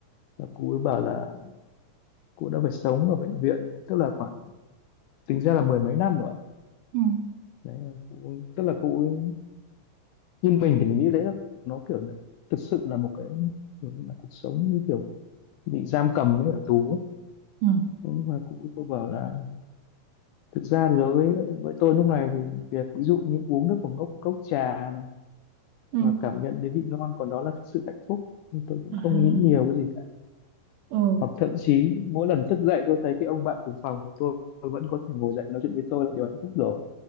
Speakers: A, on the left (about 80°); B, on the right (about 75°).
A: Là cụ ấy bảo là cụ đã phải sống ở bệnh viện tức là khoảng tính ra là mười mấy năm rồi ấy.
B: ừ
A: đấy cụ, tức là cụ ấy như mình thì mình nghĩ đấy là nó kiểu là thực sự là một cái kiểu là cuộc sống như kiểu bị giam cầm ấy ở tù ấy
B: ừ
A: Thế nhưng mà cụ cô bảo là thực ra thì đối với với tôi lúc này thì việc ví dụ như uống được một ngốc cốc trà này
B: ừ
A: và cảm nhận đến vị ngon còn đó là thực sự hạnh phúc nhưng tôi cũng
B: à,
A: không nghĩ nhiều cái gì cả
B: ừ
A: hoặc thậm chí mỗi lần thức dậy tôi thấy cái ông bạn cùng phòng của tôi tôi vẫn có thể ngồi dậy và nói chuyện với tôi là điều hạnh phúc rồi